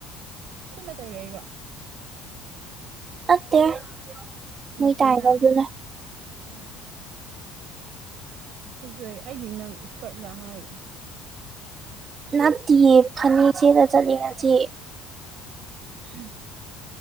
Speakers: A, on the right; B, on the right.
A: ꯈꯨꯠꯅ ꯇꯥꯏꯔꯛꯏꯔꯣ꯫
B: ꯅꯠꯇꯦ <unintelligible>
A: ꯃꯦꯆꯤꯟꯅ
B: ꯇꯥꯏꯅꯕꯗꯨꯅ
A: ꯎꯝ꯫ ꯐꯖꯩ ꯑꯩꯗꯤ ꯅꯪ ꯏꯁꯀꯔꯠ ꯂ ꯍꯥꯏꯅꯤ꯫
B: ꯅꯥꯠꯇꯤꯌꯦ <unintelligible> ꯐꯅꯦꯛ ꯁꯦꯠꯂ ꯆꯠꯂꯦ ꯉꯁꯤ꯫
A: <unintelligible>